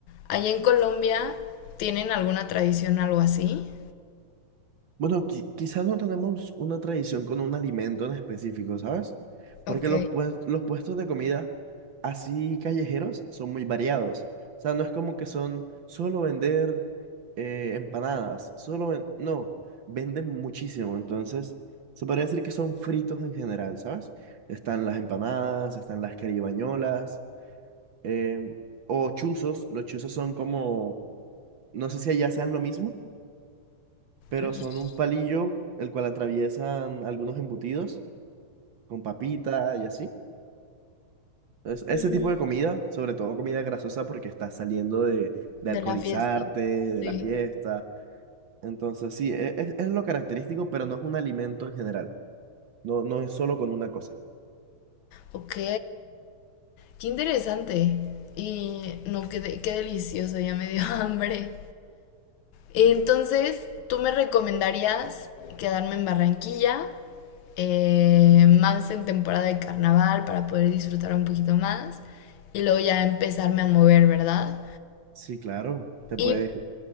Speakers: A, on the left; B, on the right.
A: ¿Allá en Colombia tienen alguna tradición, algo así?
B: Bueno, qui- quizás no tenemos una tradición con un alimento en específico, ¿sabes? Porque
A: Ok.
B: los, pues- los puestos de comida así callejeros son muy variados. O sea, no es como que son solo vender eh, empanadas, solo ven- no, venden muchísimo. Entonces, se podría decir que son fritos en general, ¿sabes? Están las empanadas, están las caribañolas, em, o chuzos. Los chuzos son como, no sé si allá sean lo mismo pero
A: Los-
B: son un palillo el cual atraviesan algunos embutidos con papita y así. Entonces, ese
A: los-
B: tipo de comida, sobre todo comida grasosa porque estás saliendo de, de
A: De
B: alcoholizarte,
A: la fiesta.
B: de
A: Sí.
B: la fiesta. Entonces, sí, e- es, es lo característico, pero no es un alimento en general. No, no es solo con una cosa.
A: Ok. Qué interesante. Y no, qué, de- qué delicioso, ya me dio <laughs> hambre. Entonces, ¿tú me recomendarías quedarme en Barranquilla, eh, más en temporada de carnaval para poder disfrutar un poquito más y luego ya empezarme a mover, ¿verdad?
B: Sí, claro, te
A: Y,
B: puedes...